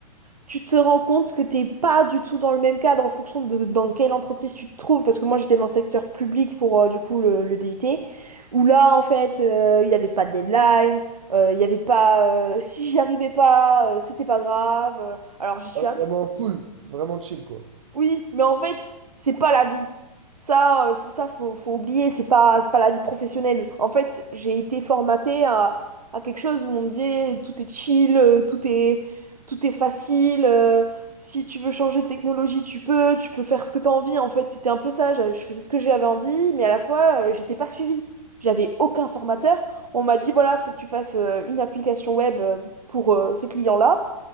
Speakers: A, on the right (about 70°); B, on the right (about 50°).
A: tu te rends compte que t'es pas du tout dans le même cadre en fonction de dans quelle entreprise tu te trouves. Parce que moi, j'étais dans le secteur public pour, euh, du coup, le, le DUT. Où là, en fait, euh, il n'y avait pas de deadline. euh, Il y avait pas... euh, si j'y arrivais pas, euh, c'était pas grave. euh, alors, j'y suis
B: Ah, vraiment cool, vraiment chill, quoi.
A: oui, mais en fait, c'est pas la vie. Ça, euh, f- ça faut, faut oublier, c'est pas, c'est pas la vie professionnelle. En fait, j'ai été formatée à, à quelque chose où on me disait tout est chill, euh, tout est, tout est facile. euh, si tu veux changer de technologie, tu peux, tu peux faire ce que t'as envie. En fait, c'était un peu ça. j'a- Je faisais ce que j'avais envie, mais à la fois, euh, j'étais pas suivie. J'avais aucun formateur. On m'a dit, voilà, faut que tu fasses euh, une application web euh, pour euh, ces clients-là,